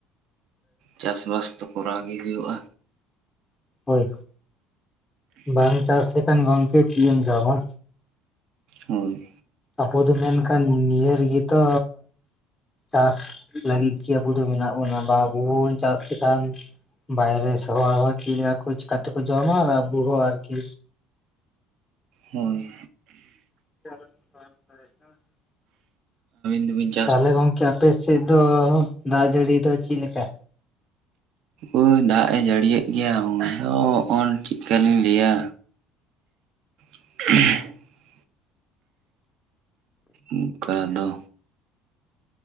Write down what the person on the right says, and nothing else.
ᱪᱟᱥ ᱵᱟᱥ ᱫᱚ ᱠᱚᱨᱟᱣ ᱜᱮ ᱦᱩᱭᱩᱜᱼᱟ᱾
ᱦᱳᱭ
ᱦᱳᱭ
ᱡᱚᱢᱟᱧ
ᱳᱭ ᱫᱟᱜ ᱮ ᱡᱟᱹᱲᱤᱭᱮᱜ ᱜᱮᱭᱟ ᱾ ᱚᱱᱟ ᱦᱚᱸ ᱪᱮᱠᱟᱞᱤᱧ ᱞᱟᱹᱭᱟ᱾ <inaudible> ᱚᱱᱠᱟ ᱫᱚ